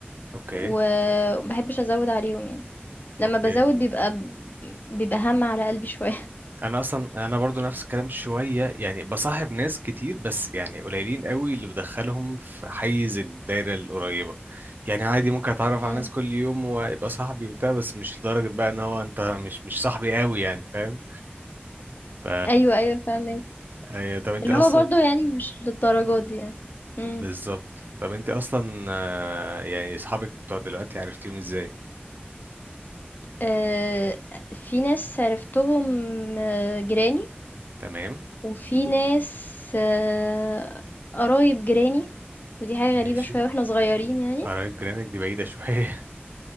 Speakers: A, on the right; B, on the left.
A: اوكي
B: ومبحبش أزود عليهم يعني لما
A: اوكي
B: بزود بيبقى بيبقى هم على قلبي شوية
A: انا اصلا انا برضو نفس الكلام شويه يعني بصاحب ناس كتير بس يعني قليلين قوي اللي بدخلهم في حيز الدايره القريبه يعني عادي ممكن اتعرف
B: <laughs> مم.
A: على ناس كل يوم ويبقى صاحبي وبتاع بس مش لدرجه بقى ان هو انت مش مش صاحبي قوي يعني فاهم ف
B: أيوه أيوه فاهمك
A: أيوة، طب انت
B: اللي
A: اصلا
B: هو برضه يعني مش للدرجة دي يعني مم.
A: بالظبط طب انت اصلا آه، يعني اصحابك بتوع دلوقتي عرفتيهم ازاي
B: أه في ناس عرفتهم آه، جيراني
A: تمام
B: وفي ناس آه، قرايب جيراني ودي حاجة
A: ماشي
B: غريبة شوية واحنا صغيرين يعني
A: قرايب جيرانك دي بعيده شويه